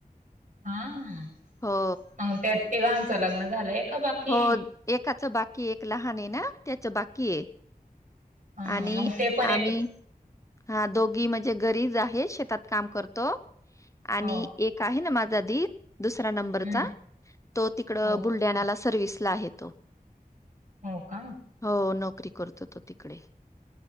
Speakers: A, on the right; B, on the left.
A: हा
B: हो
A: मग त्यात तिघांचं लग्न झालंय का बाकी
B: हो एकाचं बाकी एक लहान आहे ना त्याचं बाकी आहे
A: ह
B: आणि
A: मग ते पण एक
B: आम्ही हा दोघी म्हणजे घरीच आहे शेतात काम करतो आणि
A: हो
B: एक आहे ना माझ दुस नंबरचा
A: हम्म
B: तो तिकड
A: हो
B: बुलढाणा सर्व्हसला आहे तो
A: हो का
B: हो नोकरी करतो तो तिकडे